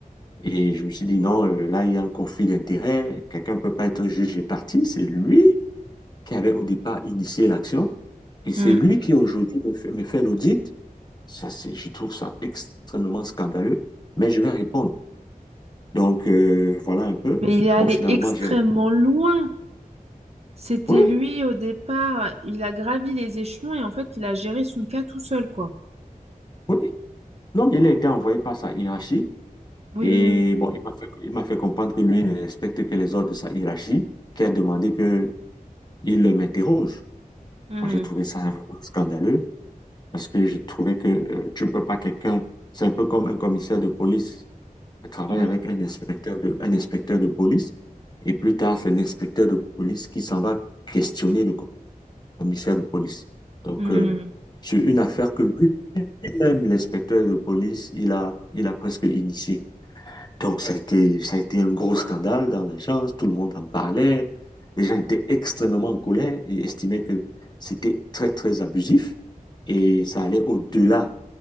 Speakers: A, on the left; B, on the right.
A: Et je me suis dit, non, euh, là, il y a un conflit d'intérêts. Quelqu'un ne peut pas être juge et partie C'est lui qui avait au départ initié l'action. Et c'est
B: Mm.
A: lui qui aujourd'hui me fait, me fait l'audit Ça, c'est, je trouve ça extrêmement scandaleux, mais je vais répondre. Donc, euh, voilà un peu.
B: Mais il est allé
A: Bon, finalement,
B: extrêmement
A: j'ai répondu.
B: loin. C'était
A: Oui,
B: lui au départ. Il a gravi les échelons et en fait, il a géré son cas tout seul, quoi.
A: oui. Non,
B: Wow.
A: mais il a été envoyé par sa hiérarchie.
B: Oui,
A: Et
B: oui, oui.
A: bon, il m'a fait, il m'a fait comprendre que lui ne respecte que les ordres de sa hiérarchie, qui a demandé que il m'interroge.
B: Mm,
A: Bon, j'ai trouvé ça vraiment scandaleux parce que je trouvais que euh, tu ne peux pas quelqu'un, c'est un peu comme un commissaire de police travaille
B: Oui.
A: avec un inspecteur de, un inspecteur de police et plus tard, c'est l'inspecteur de police qui s'en va questionner le commissaire de police. Donc,
B: Mm,
A: euh, sur une affaire que lui-même, l'inspecteur de police, il a, il a presque initiée. Donc, ça a été, ça a été un gros scandale dans l'agence, tout le monde en parlait, les gens étaient extrêmement en colère et estimaient que c'était très, très abusif et ça allait au-delà,